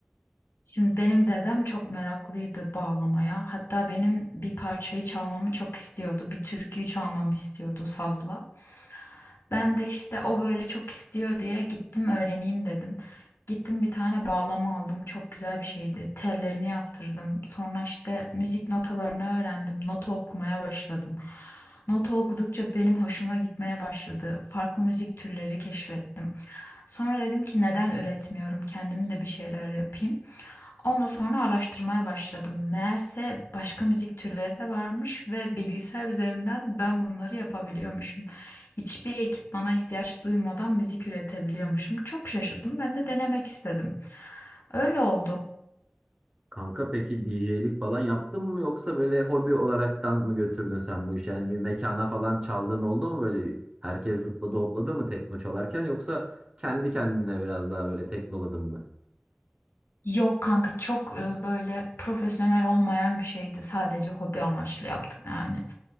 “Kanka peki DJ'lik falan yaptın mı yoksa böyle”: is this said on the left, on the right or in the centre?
Right